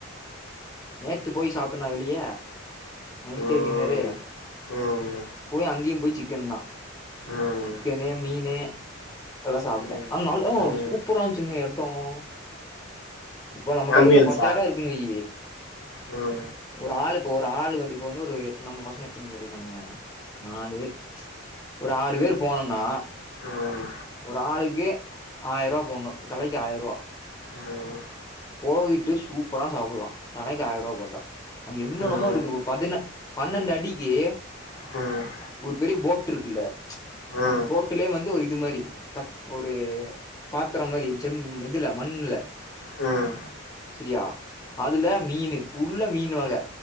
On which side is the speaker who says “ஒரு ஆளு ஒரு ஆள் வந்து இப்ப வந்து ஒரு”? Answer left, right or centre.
Left